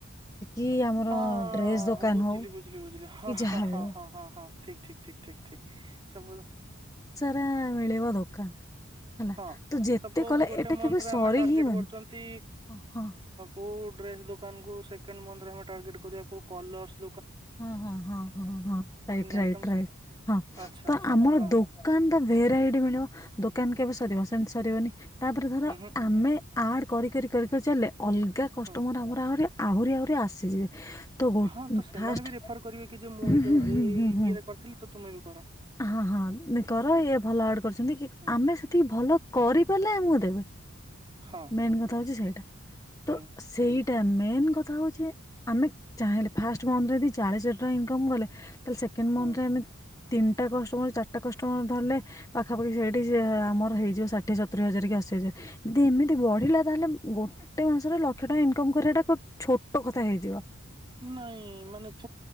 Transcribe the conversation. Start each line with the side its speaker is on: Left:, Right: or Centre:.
Left: କି ଆମର
Right: ହଁ
Left: ଡ୍ରେସ ଦୋକାନ
Right: ବୁଝିଲି
Left: ହଉ
Right: ବୁଝିଲି ବୁଝିଲି ହ
Left: କି ଯାହାବି
Right: ହ ହଁ
Left: ହଉ
Right: ହଁ ହଁ ହଁ। ଠିକ୍ ଠିକ୍ ଠିକ୍ ଠିକ୍ ସବୁ ହେଲା
Left: ରା ମିଳିବ ଦୋକାନ। ହେଲା
Right: ହଁ
Left: ତ ଯେତେ
Right: ସପୋଜ୍
Left: କଲେ
Right: ଗୋଟେ
Left: ଏଟା
Right: ମନ୍ଥରେ
Left: କେବେ ସରି
Right: ଆମେ ଟାର୍ଗେଟ୍
Left: ହିଁ ବନି
Right: କରୁଛନ୍ତି
Left: ହଁ ହଁ
Right: କୋଉ ଡ୍ରେସ୍ ଦୋକାନ କୁ ସେ ସେକେଣ୍ଡ ମନ୍ଥରେ ଆମେ ଟାର୍ଗେଟ୍ କରିବାକୁ କଲରସ୍
Left: ହଁ ହଁ ହଁ ହଁ ହଁ ରାଇଟ୍ ରାଇଟ୍
Right: ଆଇଟମ୍ସ
Left: ହଁ
Right: ଆଚ୍ଛା
Left: ତ
Right: ଆଚ୍ଛା
Left: ଆମର
Right: ଆଚ୍ଛା ହଁ
Left: ଦୋକାନ ଟା ଭେରାଇଟି ମିଳିବ ଦୋ କେନ କେବେ ସେ ସରିବ ସେମିତି ସରିବନି ତାପରେ ଧର
Right: ଉଁ ହୁଁ
Left: ଆମେ ଆଡ୍ କରି କରି କରି ଚାଲିଲେ ଅଲଗା କଷ୍ଟମର
Right: ହୁଁ
Left: ଆମର ଆହୁରି ଆହୁରି ଆହୁରି ଆସିଯିବେ। ତ ଗୋ
Right: ହଁ ତ ସେମାନେ
Left: ଫାଷ୍ଟ
Right: ବି ପ୍ରିଫର୍ କରିବେ କି ଯେ ମୁଁ
Left: ହୁଁ
Right: ଏଇ
Left: ହୁଁ ହୁଁ
Right: ଏଇ
Left: ହୁଁ
Right: ଇଏରେ
Left: ହୁଁ
Right: କରିଥିଲି ତୁମେ ବି କର।
Left: ହଁ ହଁ କର
Right: ହୁଁ
Left: ଇଏ ଭଲ ଆଡ କରିଛନ୍ତି କି
Right: ହୁଁ
Left: ଆମେ ସେତିକି ଭଲ କରିପାରିଲେ ଆମୁକୁ ଦେବେ।
Right: ହଁ
Left: ମେନ୍ କଥା ହଉଛି ସେଇଟା ତ
Right: ହୁଁ
Left: ସେଇଟା ମେନ୍ କ କଥା ହଉ ଆମେ ଚାହିଁଲେ ଫାଷ୍ଟ ମନ୍ଥରେ ଯଦି ଚାଳିଶ ହଜାର ଟଙ୍କା ଇନକମ କଲେ ତ ସେକେଣ୍ଡେମନଥରେ
Right: ହୁଁ
Left: ଆମେ ତିନିଟା କଷ୍ଟମର କି ଚାରିଟା କଷ୍ଟମର ଧରିଲେ ପାଖାପାଖି ସେଇଠି ସିଏ ଆମର ହେଇଯିବ ଷାଠିଏ ସତୁରୀ ହଜାରେ କି ଅଶୀହଜାରେ ଦିଦି ଏମିତି ବଢ଼ିଲା ତାହେଲେ ଗୋଟେ ମାସରେ ଲକ୍ଷେ ଟଙ୍କା ଇନକମ୍ କରିବା ଛୋଟ କଥା ହେଇଯିବ।
Right: ନାଇଁ